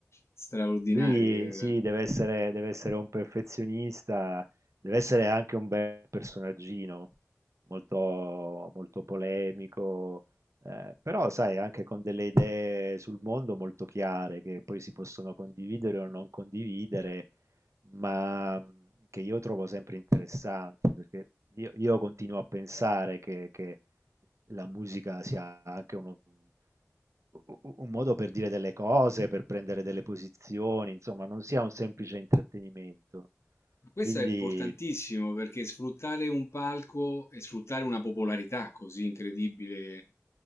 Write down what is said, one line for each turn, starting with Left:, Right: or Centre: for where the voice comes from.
Left: straordinarie.
Right: Lui sì, deve essere, deve essere un perfezionista, deve essere anche un bel personaggino, molto, molto polemico, eh, però sai, anche con delle idee sul mondo molto chiare che poi si possono condividere o non condividere, ma mh, che io trovo sempre interessanti, perché io, io continuo a pensare che, che la musica sia anche uno u- u- un modo per dire delle cose, per prendere delle posizioni, insomma, non sia un semplice intrattenimento.
Left: Questo
Right: Quindi
Left: è importantissimo perché sfruttare un palco e sfruttare una popolarità così incredibile,